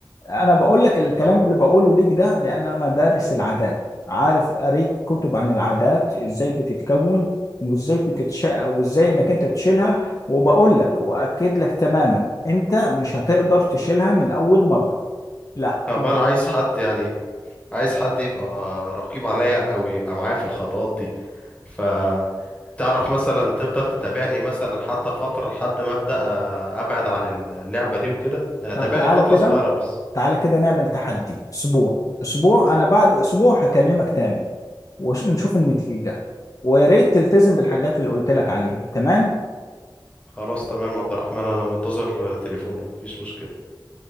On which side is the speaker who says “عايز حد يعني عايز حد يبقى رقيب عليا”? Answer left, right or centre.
Left